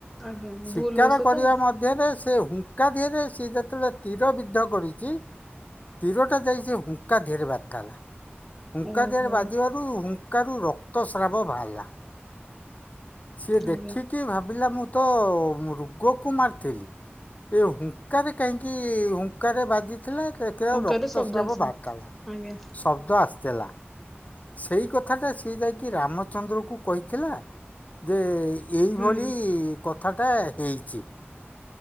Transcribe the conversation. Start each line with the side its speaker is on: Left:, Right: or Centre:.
Centre: ଆଜ୍ଞା
Left: ଶିକାର
Centre: ଭୁଲ ବଶତଃ
Left: କରିବା ମଧ୍ୟରେ ସେ କାଦ ସିଏ ଯେତେବେଳେ ତୀର ବିଧ କରିଛି ତୀର ଟା ଯାଇ ସେ ହୁଙ୍କା ଧୀରେ ବାର୍ତା ହେଲା। ହୁଙ୍କା
Centre: ଓହୋ
Left: ଦେରେ ବାଜିବାରୁ କୁ ରକ୍ତସ୍ରାବ ବାହାରିଲା। ସିଏ ଦେଖିକି
Centre: ଆଜ୍ଞା
Left: ଭାବିଲା ମୁଁ ତ ରଗକୁ ମାରିଥିଲି ଏ ହୁଙ୍କାରେ କାହିଁକି ହୁଙ୍କାରେ ବାଜି ଦେଖ ଦେଖିଲ
Centre: ହୁଙ୍କାରୁ
Left: ରକ୍ତସ୍ରାବ
Centre: ଶବ୍ଦ ଆସିଲା।
Left: ବାହାରିଲା
Centre: ଆଜ୍ଞା
Left: ଶବ୍ଦ ଆସିଥିଲା ସେଇ କଥା ଟା ସିଏ ଯାଇକି ରାମଚନ୍ଦ୍ରକୁ କହିଥିଲା ଯେ ଏଇଭଳି
Centre: ହୁଁ
Left: କଥା। କଥାଟା ହେଇଛି।